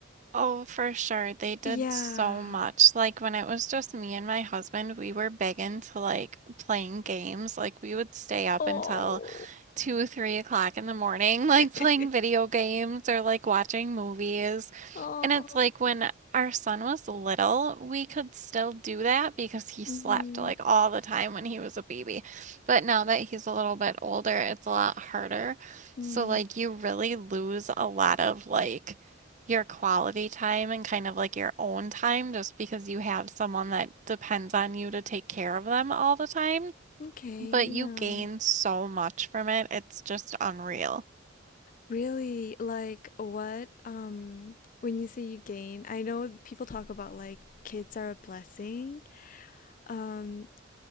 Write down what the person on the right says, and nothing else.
Oh, for sure. They did
so much. Like when it was just me and my husband, we were big into like playing games. Like we would stay up
until two, three o'clock in the morning, like
playing video games or like watching movies.
And it's like when our son was little, we could still do that because he slept
like all the time when he was a baby. But now that he's a little bit older, it's a lot harder.
So, like, you really lose a lot of like your quality time and kind of like your own time just because you have someone that depends on you to take care of them all the time.
But you
gain so much from it. It's just unreal.